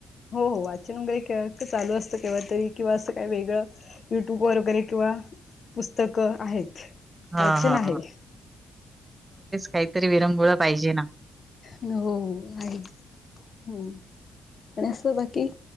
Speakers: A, on the left; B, on the right.
A: हो हो. वाचन वगैरे काय चालू असतंय केव्हातरी किंवा असं काही वेगळं. युट्यूब वर वगैरे किंवा पुस्तकं आहेत.
B: हां,
A: वाचन
B: हां,
A: आहे.
B: काही तरी विरंगुळा पाहिजे ना.
A: हो आहे हो आणि आज बाकी.